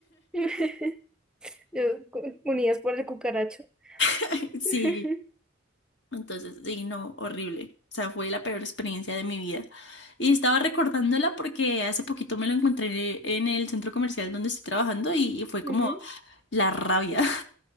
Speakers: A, in the centre; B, on the left.
A: <laughs> Yo, cu- Unidas por el cucaracho.
B: <laughs> sí,
A: <laughs>
B: entonces, sí, no, horrible, o sea, fue la peor experiencia de mi vida. Y estaba recordándola porque hace poquito me lo encontré en el centro comercial donde estoy trabajando y y fue como
A: Ujú.
B: la rabia.